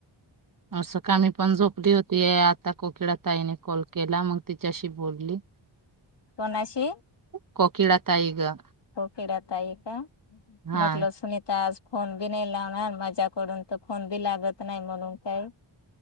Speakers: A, on the right; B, on the left.
A: असं काही पण झोपली होती, आता कोकिळा ताईने कॉल केला मग. तिच्याशी बोलली.
B: कोणाशी.
A: कोकिळा ताई ग
B: खेड आहे, का
A: हा
B: म्हटलं सुनीता आज. फोन बी नाही लावणार मजाकडून तर फोन बी लागत नाही म्हणून काही.